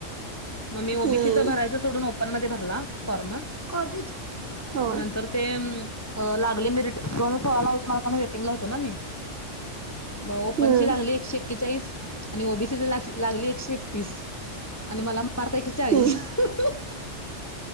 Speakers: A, on the left; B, on the right.
A: मग मी ओबीसीच
B: हम्म
A: भरायच सोडून, ओपन मध्ये भरला फॉर्म. मग
B: हा
A: नंतर ते अ लागली मी रिट दोन हजार सोळाला एक मार्काने वेटिंग ला होतो ना मी. म ओपन
B: हम्म
A: ची लागली एकशे एक्केचाळीस आणि ओबीसी लागले, एकशे एकतीस आणि मला <unintelligible>
B: हम्म